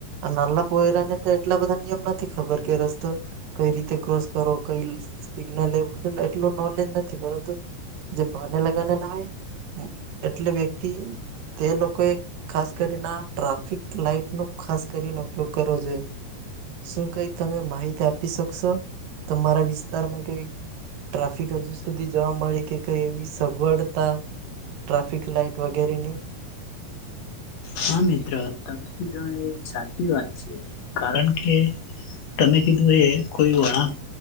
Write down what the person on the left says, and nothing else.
હા, મિત્ર તમે કીધું એ સાચી વાત છે. કારણ કે તમે કીધું એ કોઈ વળાંક